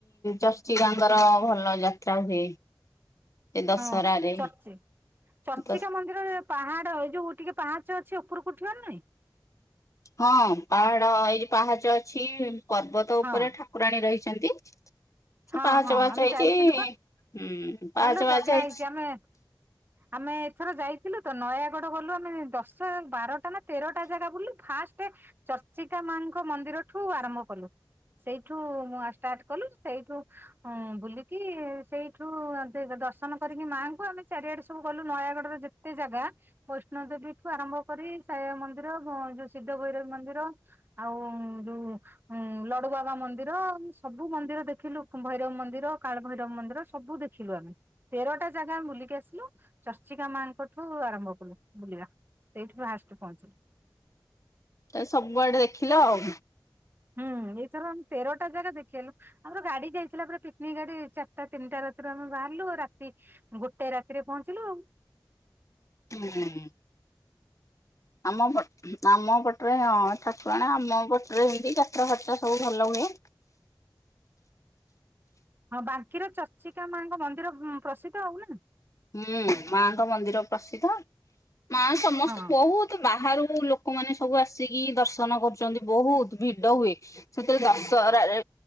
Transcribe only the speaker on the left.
ଚର୍ଚିକା ଙ୍କର ଭଲ ଯାତ୍ରା ହୁଏ। ସେ ଦଶହରାରେ
ଦଶ
ହଁ ପାହାଡ ଏଇ ପାହାଚ ଅଛି ପର୍ବତ
ଉପରେ ଠାକୁରାଣୀ ରହିଛନ୍ତି। ସେ
ପାହାଚ
ପାହାଚ
ହେଇଛି
ହୁଁ ପାହାଚ
ପାହାଚ
ହେଇଚି।
ତା ସବୁଆଡେ ଦେଖିଲ ଆଉ।
ହୁଁ ହୁଁଁ। ଆମ ପଟ ଆମ ପଟରେ ହଁ ଠାକୁରାଣୀ ଆମ ପଟରେ ହେମତି ଯାତ୍ରା ଫାତ୍ରା ସବୁ ଭଲ ହୁଏ।
ହୁଁ ମାଙ୍କ ମନ୍ଦିର ପ୍ରସିଦ୍ଧ ମା ସମସ୍ତେ
ବହୁତ ଏତେ ବାହାରୁ ଲୋକମାନେନ ସବୁ ଆସିକି ଦର୍ଶନ କରୁଛନ୍ତି ବହୁତ ଭିଡ ହୁଏ। ସେଥିରେ ଦଶହରାରେ